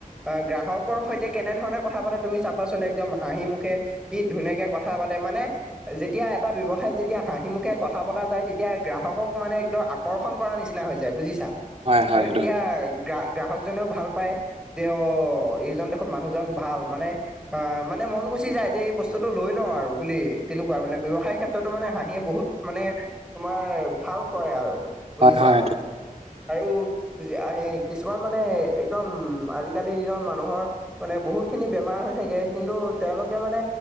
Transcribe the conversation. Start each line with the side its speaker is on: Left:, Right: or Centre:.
Centre: অ', গ্ৰাহকৰ সৈতে কেনেধৰণে কথা পাতে তুমি চাবাচোন, একদম হাঁহিমুখে। কি ধুনীয়াকে কথা পাতে, মানে যেতিয়া এটা ব্যৱসায়ত যেতিয়া হাঁহি ম কথা পতা যায়। তেতিয়া গ্ৰাহকক মানে একদম আকৰ্ষণ কৰাৰ নিচিনা হৈ যায় বুজিছা।
Right: হয় হয়
Centre: আৰু
Right: সেইটো
Centre: তেতিয়া গ গ্ৰাহক জনেও ভাল পায় যে। অ', এইজন দেখোন মানুহজন ভাল, মানে অ'। মানে মন গুচি যায়, যে এই বস্তুটো লৈ লওঁ আৰু বুলি তেনেকুৱা মানে ব্যৱসায়ৰ ক্ষেত্ৰতো মানে হাঁহিয়ে বহুত মানে তোমাৰ ভাল কৰে আৰু বুজিছা,
Right: হয় হয় সেইটো
Centre: আৰু আহেই কিছুমান মানে একদম আজিকালিৰ দিনত মানুহৰ মানে বহুত খিনি বেমাৰ হৈ থাকে। কিন্তু তেওঁলোকে মানে